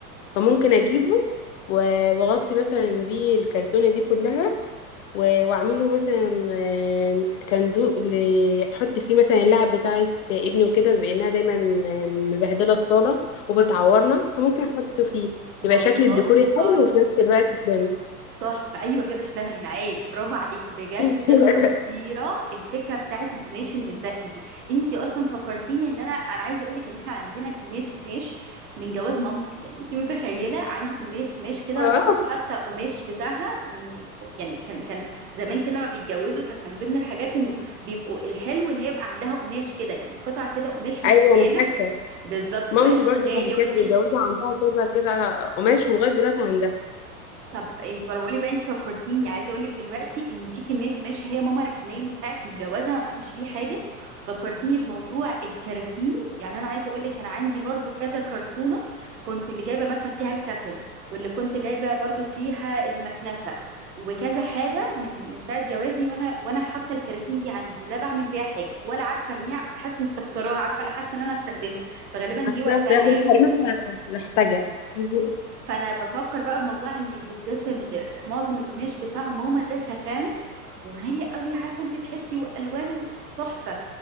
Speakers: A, on the left; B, on the right.
A: فممكن اجيبه و- واغطي مثلا بيه الكرتونه دي كلها و- واعمله مثلا آم، صندوق ل- احط فيه مثلا اللعب بتاعه ابني وكده بانها دايما آم، مبهدله الصاله وبتعورنا فممكن احط فيه
B: والله
A: يبقى شكل الديكور
B: تحفة
A: حلو وفي نفس الوقت جامد
B: تحفة أيوة كده اشتغلي معايا برافو عليكي بجد
A: <laughs>
B: خطيرة الفكرة بتاعت القماش اللي متبقي دي انتي أصلا فكرتيني ان أنا أنا عايزة أقولك ان احنا عندنا كمية قماش من جواز مامتي يعني انتي متخيلة عندي كمية قماش كده
A: آه،
B: ماما ده حتى قماش بتاعها من يعني كان كان زمان كده لما بيتجوزوا كانت من ضمن الحاجات انه بيبقوا الحلو ان هي يبقى عندها قماش كده يعني قطع كده قماش مشترياها
A: ايوه انا فاكره
B: بالظبط
A: مامتي
B: قماش
A: برضو
B: غالي
A: كانت
B: وحلو
A: كده متجوزة عندها كذا كده قماش ولغاية دلوقتي عندها
B: طب انت ما انا بقول لك بقى انت فكرتيني عايزه اقول لك دلوقتي ان في كميه قماش هي ماما ركناه من ساعه جوازها ما بنعملش بيه حاجه فكرتيني بموضوع الكراتين يعني انا عايزه اقول لك انا عندي برضو كذا كرتونه كنت اللي جايبه مثلا فيها الكاتل واللي كنت جايبه برضو فيها المكنسه وكذا حاجه من من ساعه جوازي وانا وانا حاطه الكراتين دي عندي لا بعمل بيها حاجه ولا عارفه ارميها حاسه اني استخسراها عارفه لا حاسه ان انا استخدمها فغالبا
A: بس
B: جه وقتها
A: ده ده أنا
B: يعني
A: مش هرميها محتاجة <laughs>
B: فانا بفكر بقى بموضوع ان بالذات ال- معظم القماش بتاع ماما ده ستان وغالي قوي عارفه انت تحسي والوانه تحفه